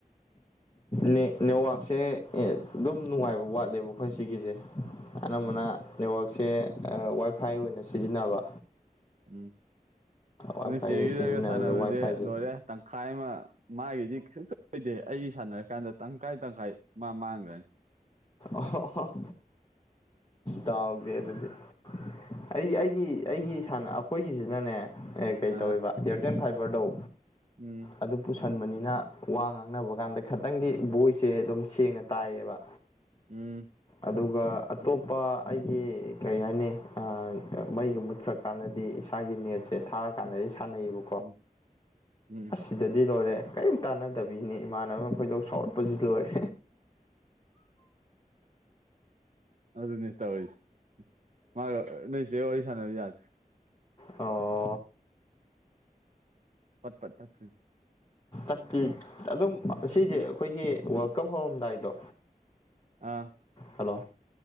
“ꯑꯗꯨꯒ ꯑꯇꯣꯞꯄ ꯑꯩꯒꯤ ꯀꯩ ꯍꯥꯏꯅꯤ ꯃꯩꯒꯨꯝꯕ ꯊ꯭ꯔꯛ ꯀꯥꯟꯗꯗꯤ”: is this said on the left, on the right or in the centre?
Left